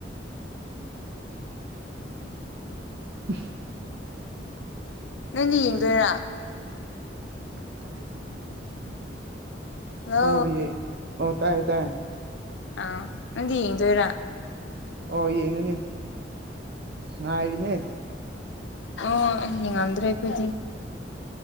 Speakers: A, on the right (about 60°); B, on the left (about 90°).
A: ꯎꯝ
B: ꯅꯣꯏꯅꯤ ꯌꯦꯡꯗꯣꯏꯔꯥ
A: <unintelligible>
B: ꯍꯜꯂꯣ
A: ꯇꯥꯏ ꯇꯥꯏꯌꯦ
B: ꯑ ꯅꯪꯗꯤ ꯌꯦꯡꯗꫭꯏꯔ
A: ꯑꯣ ꯌꯦꯡꯉꯅꯤ ꯉꯥꯏꯔꯤꯅꯦ
B: ꯑꯣ ꯑꯩ ꯅꯤꯡꯉꯝꯗ꯭ꯔꯦ ꯑꯩꯈꯣꯏꯗꯤ